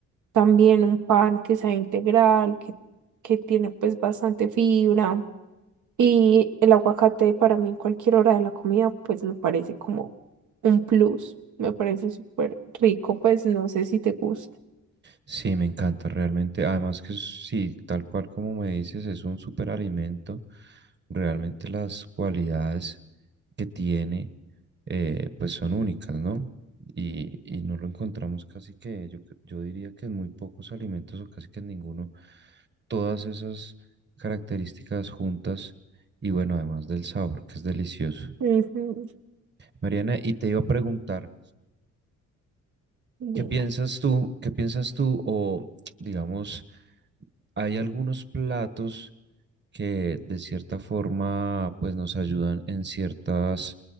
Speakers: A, on the right; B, on the right.
A: también un pan que sea integral, que, que tiene pues bastante fibra. Y el aguacate para mí en cualquier hora de la comida pues me parece como un plus, me parece súper rico, pues no sé si te gusta.
B: Sí, me encanta realmente. Además que es- sí, tal cual como me dices, es un superalimento. Realmente las cualidades que tiene, eh, pues son únicas, ¿no? Y, y no lo encontramos casi que, yo, cre- yo diría que en muy pocos alimentos o casi que en ninguno, todas esas características juntas y bueno, además del sabor, que es delicioso.
A: Ujú,
B: Mariana, y te iba a preguntar, ¿qué
A: Dime.
B: piensas tú? ¿Qué piensas tú o digamos... hay algunos platos que de cierta forma pues nos ayudan en ciertas